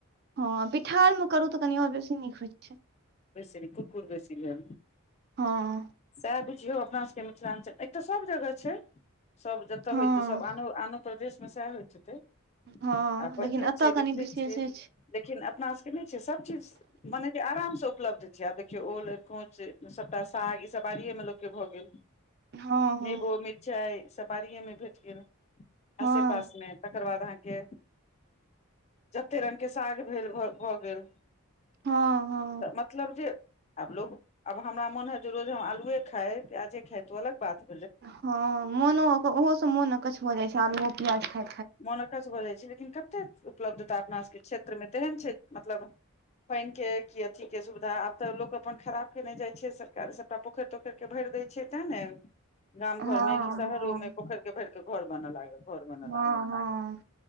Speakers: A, on the right; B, on the left.
A: हँ ठाढ़ मे करू तऽ कनि आओर बेसी नीक होइत छै
B: <inaudible>
A: हँ
B: सएह बुझियौ अपना सभके मिथिलाञ्चल एकटा सभ जगह छै सभ जतय
A: हँ
B: होइततै सभ आनो आनो प्रदेशमे सएह होइत हेतै आ
A: हँ
B: पढ़ते
A: लेकिन एतय
B: छियै
A: कनि
B: देखते
A: विशेषे
B: छियै
A: छै
B: लेकिन अपना सबके नहि छै सब चीज माने कि आराम से उपलब्ध छै आब देखियौ ओल अरिकोंच सबटा साग ई सब बाड़ियए मे लोकके भऽ गेल
A: हँ हँ
B: नेबो मिरचाई सब बारिए मे भेट गेल
A: हँ
B: आसे पासमे तकर बाद अहाँके जते रंग के साग भेल भऽ गेल
A: हा हा
B: तऽ मतलब जे आब लोग आब हमरा मोन हेतै जे रोज हम आलुए खाए प्याजे खाए तो अलग बात हेतै
A: हँ मोनो ओहो से मोन अकछ भऽ जाय छै आलुओ प्याज खा
B: मोन अकछ भऽ जाइ छै लेकिन कतेक उपलब्धता अपना सभके क्षेत्रमे तेहन छै मतलब पानि के की अथी के सुविधा आब तऽ लोक अपन खराब केने जाय छै सरकार सब सबटा पोखरि तोखरि के भरि दय छै तें ने गाम
A: हँ
B: घर में क शहरो
A: हँ
B: मे पोखरि भर के घर बनऽ लागल घर बनऽ
A: हँ
B: लागल
A: हँ